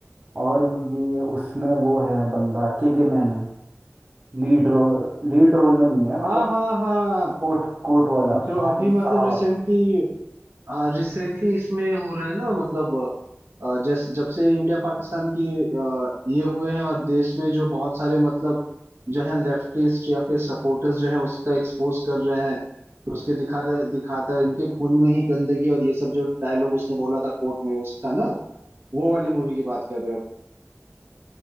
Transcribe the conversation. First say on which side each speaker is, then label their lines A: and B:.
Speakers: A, on the right; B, on the right.
A: और ये उसमें वो है बंदा K K Menon Lead role lead role में नहीं है मतलब
B: हाँ हाँ हाँ
A: कोट कोट वाला
B: जो
A: भाई
B: अभी मतलब
A: साहब
B: रिसेंटली रिसेंटली इसमें हो रहा है ना मतलब अ, जस जब से इंडिया पाकिस्तान की अ, ये हुए हैं और देश में जो बहुत सारे मतलब जो है लेफ्टिस्ट या फिर सपोर्टर्स जो है उसका एक्सपोज कर रहे हैं तो उसके दिखा रहे दिखाता है इनके खून में ही गंदगी और ये सब जो डायलॉग उसने बोला था कोर्ट में उसका ना वो वाली मूवी की बात कर रहे हो